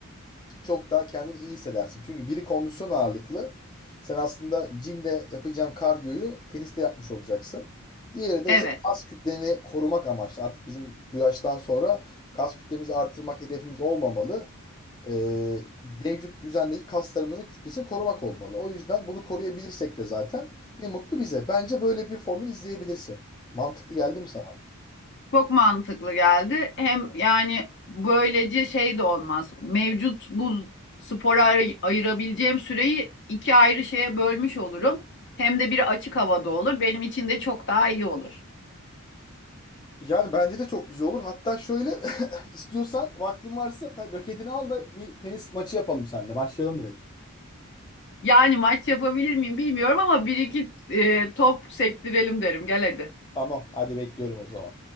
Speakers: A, on the left; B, on the left.
A: çok daha kendini iyi hissedersin. Çünkü biri kondisyon ağırlıklı. Sen aslında jimde yapacağın kardiyoyu teniste yapmış olacaksın. Diğeri de
B: evet.
A: işte kas kütleni korumak amaçlı. Artık bizim bu yaştan sonra kas kütlemizi artırmak hedefimiz olmamalı. Ee, mevcut düzendeki kaslarımızın kütlesini korumak olmalı. O yüzden bunu koruyabilirsek de zaten ne mutlu bize. Bence böyle bir formül izleyebilirsin. Mantıklı geldi mi sana?
B: Çok mantıklı geldi. Hem yani böylece şey de olmaz. Mevcut bu spora ay- ayırabileceğim süreyi iki ayrı şeye bölmüş olurum. Hem de biri açık havada olur. Benim için de çok daha iyi olur.
A: Yani bence de çok güzel olur. Hatta şöyle <laughs> istiyorsan vaktin varsa tabii raketini al da bir tenis maçı yapalım seninle. Başlayalım direkt.
B: Yani maç yapabilir miyim bilmiyorum ama bir iki e, top sektirelim derim. Gel hadi.
A: Tamam, hadi bekliyorum o zaman.